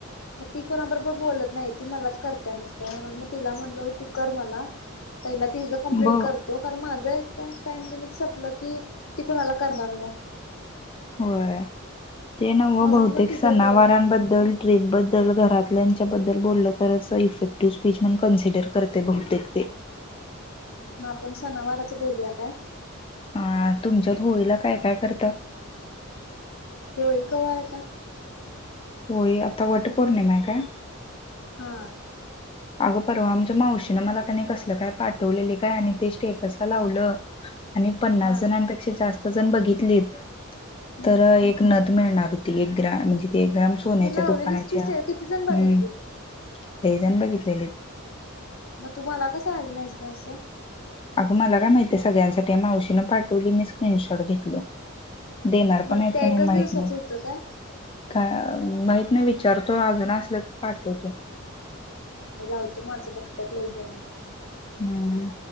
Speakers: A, on the left; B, on the left.
A: म ती कोणा बरोबर बोलत नाही ती मलाच करत्या नुसतं म्हणून मग तिला म्हणलो तू कर मला पहिला तिज कंप्लीट
B: ब
A: करतो कारण माझं एकदा टाइम लिमिट संपलं की ती कोणाला करणार म
B: होय ते नव
A: म्हणून
B: बहुतेक
A: मग तिचं
B: सनावरांबद्दल
A: करल
B: ट्रिप बद्दल घरात लाच्या बद्दल बोलल तरच इफेक्टिव्ह स्पीच म्हणून कन्सिडर करते बहुतेक ते. <inaudible>
A: मग आपण सनावारच बोलूया काय?
B: अ तुमच्यात होळीला काय काय करतात?
A: होळी कवा हाय आता?
B: होळी आता वट पौर्णिमा हाय काय?
A: हा
B: अगं परवा आमच्या मावशीनं मला कनी कसलं काय पाठवलेली काय आणि ते स्टे टस लावलं
A: हा
B: आणि पन्नास
A: हा
B: जणांपेक्षा जास्त जण बघितलीत
A: हम्म
B: तर एक नथ मिळणार होती एक ग्राम म्हणजे एक ग्रॅम सोन्याच्या
A: ते लावलेलीच
B: दुकानाच्या
A: की स्टे
B: हम्
A: किती जण बघितलीत
B: लई जण बघितलेले हेत.
A: मग तुम्हाला कसं आली नाहीस ग असं.
B: आगं मला काय माहितीये सगळ्यांसाठी आहे मावशीनं पाठवली मी स्क्रीनशॉट घेतलो. देणार
A: मग
B: पण आहेत
A: त्या
B: का नाही
A: एकाच
B: माहित
A: दिवसाचं
B: नाही.
A: होतं काय
B: का माहीत नाही विचारतो आजून आसल्या त पाठवतो.
A: हा मी लावतो माझं बघत्यात लई जन.
B: हम्म